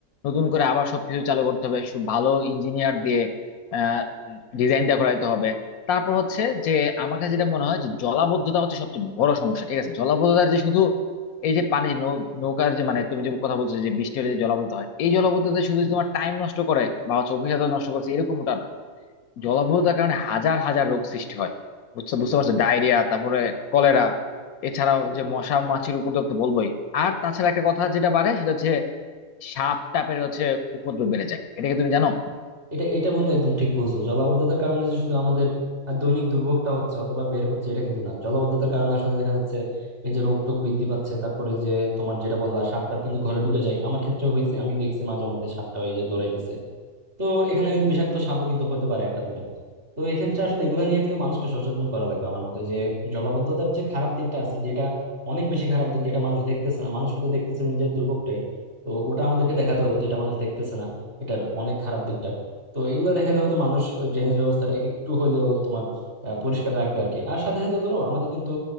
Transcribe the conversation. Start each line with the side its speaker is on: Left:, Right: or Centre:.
Left: নতুন করে আবার সবকিছু চালু করতে হবে খুব ভালো ইঞ্জিনিয়ার দিয়ে আহ ডিজাইনটা করাইতে হবে তারপর হচ্ছে যে আমার কাছে যেটা মনে হয় যে জলাবদ্ধতা হচ্ছে সবচেয়ে বড় সমস্যা ঠিক আছে জলাবদ্ধতার যে শুধু এই যে পানি যে নৌ নৌকার যে মানে তুমি যে কথা বলছো যে বৃষ্টি হলে যে জলাবদ্ধতা হয় এই জলাবদ্ধতা শুধু যে তোমার টাইম নষ্ট করে বা হচ্ছে অফিস আদালত নষ্ট করছে এরকমটা না জলাবদ্ধতার কারণে হাজার হাজার রোগ সৃষ্টি হয় বুঝছো বুঝতে পারছো ডায়রিয়া তারপরে কলেরা এছাড়াও
Right: হুম।
Left: যে মশা মাছির উপদ্রব তো বলবোই আর তাছাড়া একটা কথা যেটা বাড়ে সেটা হচ্ছে সাপ টাপের হচ্ছে উপদ্রব বেড়ে যায় এটা কি তুমি জানো
Right: এটা এটা বন্ধু একদম ঠিক বলছো জলাবদ্ধতার কারণে যে শুধু আমাদের আহ, দৈনিক দুর্ভোগটা হচ্ছে অথবা বের হচ্ছে এটা কিন্তু না জলাবদ্ধতার কারণে আসলে দেখা যাচ্ছে এই যে রোগ টোগ বৃদ্ধি পাচ্ছে তারপরে যে তোমার যেটা বললা সাপ টাপ কিন্তু ঘরে ঢুকে যায় আমার ক্ষেত্রে হয়েছে আমি দেখছি মাঝে মধ্যে সাপটা ওই যে দৌড়াইতেছে তো এখানে কিন্তু বিষাক্ত সাপও কিন্তু হতে পারে একটা দুইটা তো এই ক্ষেত্রে আসলে এগুলা নিয়ে কিন্তু মানুষকে সচেতন করা লাগবে আমার মতে যে জলাবদ্ধতার যে খারাপ দিকটা আছে যেটা অনেক বেশি খারাপ দিক যেটা মানুষ দেখতেছে না মানুষ হয়তো দেখতেছে নিজের দুর্ভোগটাই তো ওটা আমাদেরকে দেখাতে হবে যেটা মানুষ দেখতেছে না এটার অনেক খারাপ দিকটা তো এগুলো দেখালে হয়তো মানুষ ড্রেনেজ ব্যবস্থাটা একটু হলেও তোমার আহ, পরিষ্কার রাখবে আর কি আর সাথে সাথে ধরো আমাদের কিন্তু